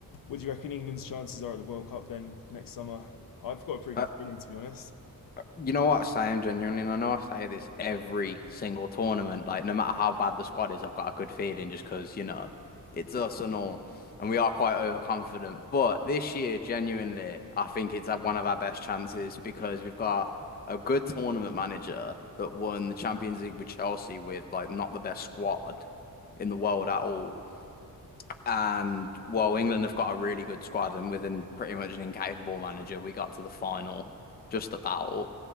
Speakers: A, on the left; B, on the left.
A: What do you reckon England's chances are at the World Cup then next summer? I've got a pretty
B: Uh,
A: good feeling to be honest.
B: you know what, Sam, genuinely, and I know I say this every single tournament, like no matter how bad the squad is, I've got a good feeling just because, you know, it's us and all, and we are quite overconfident. But this year, genuinely, I think it's had one of our best chances because we've got a good tournament manager that won the Champions League with Chelsea with like not the best squad in the world at all. And while England have got a really good squad and within pretty much an incapable manager, we got to the final just about.